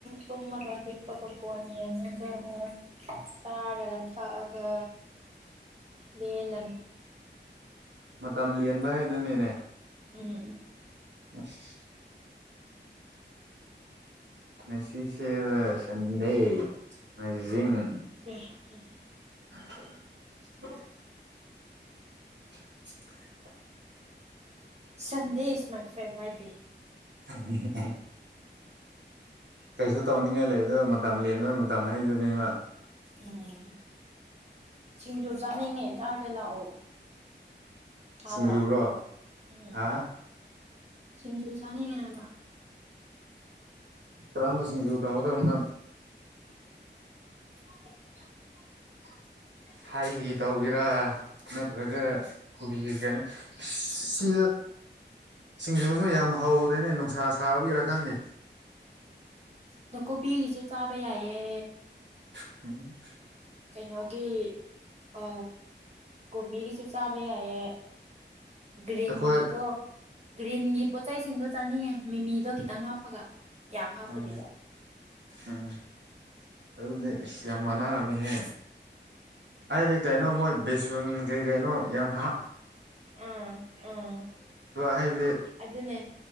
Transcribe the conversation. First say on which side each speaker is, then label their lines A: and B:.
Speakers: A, on the right; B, on the right.
A: ꯇꯨꯝꯃꯒ ꯍꯤꯞꯄꯒ ꯐꯣꯟ ꯌꯦꯛꯉꯥꯒ ꯆꯥꯔꯒ ꯊꯛꯑꯒ ꯂꯦꯜꯂꯅꯤ
B: ꯃꯇꯝ ꯂꯦꯟꯕ ꯍꯥꯏꯗꯨꯅꯤꯅꯦ
A: ꯎꯝ
B: ꯑꯁ ꯉꯁꯤꯁꯦ ꯁꯟꯗꯦ ꯅꯣꯛꯃꯥꯏꯖꯤꯛ
A: <unintelligible> ꯎꯝ
B: <unintelligible> <unintelligible>
A: ꯁꯟꯗꯦ ꯏꯁ ꯃꯥꯏ ꯐꯦꯕꯥꯏ ꯗꯦ
B: <unintelligible> ꯀꯩꯁꯨ ꯇꯧꯅꯤꯡꯉꯥꯏ ꯂꯩ ꯗꯣ ꯃꯇꯝ ꯂꯦꯝꯗꯅ ꯃꯇꯝ ꯍꯩꯗꯨꯅꯦꯕ
A: ꯎꯝ ꯁꯤꯡꯖꯨ ꯆꯥꯅꯤꯡꯉꯦ ꯆꯥꯁꯦ ꯂꯥꯛꯑꯣ ꯊꯥꯕ꯭ꯔꯥ
B: ꯁꯤꯡꯖꯨꯔꯣ
A: ꯎꯝ
B: ꯍꯥ
A: ꯁꯤꯡꯖꯨ ꯆꯥꯅꯤꯡꯉꯦ ꯍꯥꯏꯕ
B: ꯀ꯭ꯔꯝꯕ ꯁꯤꯡꯖꯨ ꯇꯧꯒꯗꯧꯅꯣ
A: <unintelligible>
B: ꯍꯥꯏꯒꯤ ꯇꯧꯒꯦꯔꯥ ꯅꯠꯇ꯭ꯔꯒ ꯀꯨꯕꯤꯒꯤ ꯀꯩꯅꯣꯅ ꯑꯁꯤ ꯁꯤꯡꯖꯨꯁꯨ ꯌꯥꯝ ꯍꯧꯗꯦꯅꯦ ꯅꯨꯡꯁꯥ ꯁꯥꯕꯒꯤꯔꯥ ꯈꯪꯗꯦ
A: ꯑꯗꯣ ꯀꯣꯕꯤꯒꯤꯁꯨ ꯆꯥꯕ ꯌꯥꯏꯌꯦ
B: <unintelligible>
A: ꯀꯩꯅꯣꯒꯤ ꯑ ꯀꯣꯕꯤꯒꯤꯁꯨ ꯆꯥꯕ ꯌꯥꯏꯌꯦ ꯒ꯭ꯔꯤꯟꯒꯤꯗꯣ
B: ꯑꯩꯈꯣꯏ
A: ꯒ꯭ꯔꯤꯟꯒꯤ ꯄꯣꯠꯆꯩꯁꯤꯡꯗꯣ ꯆꯥꯅꯤꯡꯉꯦ ꯃꯤꯃꯤꯗꯣ ꯈꯤꯇꯪ ꯍꯥꯞꯄꯒ ꯌꯥꯝ ꯍꯥꯞꯇꯕꯤꯗ
B: ꯎꯝ ꯎꯝ ꯑꯗꯨꯗꯤ ꯑꯁ ꯌꯥꯝ ꯃꯥꯟꯅꯔꯝꯃꯤꯍꯦ ꯑꯩꯗꯤ ꯀꯩꯅꯣ
A: ꯎꯝ
B: ꯃꯣꯏ ꯕꯤꯁ ꯨꯊꯨꯝ ꯀꯩꯀꯩꯅꯣ ꯌꯥꯝ ꯍꯞꯄ
A: ꯑꯥ ꯑꯥ
B: ꯍꯥꯏꯕꯗꯤ
A: ꯑꯗꯨꯅꯦ